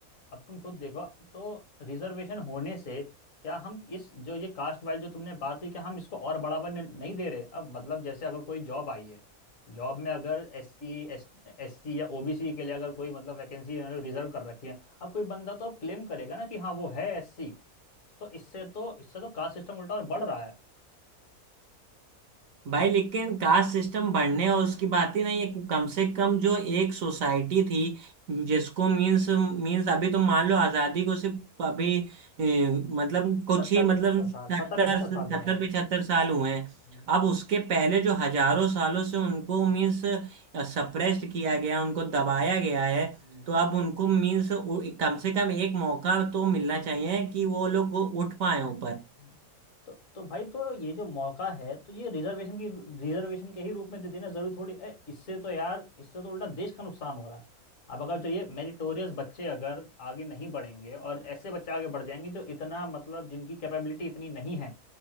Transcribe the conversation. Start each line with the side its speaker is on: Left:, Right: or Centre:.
Left: अब तुम खुद देखो तो रिजर्वेशन होने से क्या हम इस जो ये कास्ट वाइज जो तुमने बात हुई क्या हम इसको और बढ़ावा न- नहीं दे रहे अब मतलब जैसे अगर कोई जॉब आई है जॉब में अगर एस सी एस एस सी या ओबीसी के लिए अगर कोई मतलब वैकेंसी रिजर्व कर रखी है अब कोई बंदा तो अब क्लेम करेगा ना कि हाँ वो है एस सी तो इससे तो इससे तो कास्ट सिस्टम उल्टा और बढ़ रहा है
Right: भाई लेकिन कास्ट सिस्टम बढ़ने और उसकी बात ही नहीं है कम से कम जो एक सोसाइटी थी जिसको मींस मींस अभी तो मान लो आजादी को सिर्फ अभी ए, मतलब कुछ
Left: सत्तर
Right: ही
Left: पिछहत्तर
Right: मतलब
Left: साल
Right: सत्तर
Left: सत्तर पिछहत्तर
Right: सत्तर
Left: साल हुआ है
Right: पिछहत्तर साल हुए हैं
Left: हम्म,
Right: अब उसके पहले जो हजारों सालों से उनको मींस
Left: हम्म,
Right: सप्रेस्ड किया गया उनको दबाया गया है
Left: हम्म।
Right: तो अब उनको मींस कम से कम एक मौका तो मिलना चाहिए कि वो लोग उठ पाए ऊपर
Left: हम्म। तो तो भाई तो ये जो मौका है तो ये रिजर्वेशन की रिजर्वेशन के ही रूप में दे देना जरूरी थोड़ी है इससे तो यार इससे तो उल्टा देश का नुकसान हो रहा है अब अगर जो ये मेरिटोरियस बच्चे अगर आगे नहीं बढ़ेंगे और ऐसे बच्चे आगे बढ़ जाएंगे जो इतना मतलब जिनकी कैपेबिलिटी इतनी नहीं है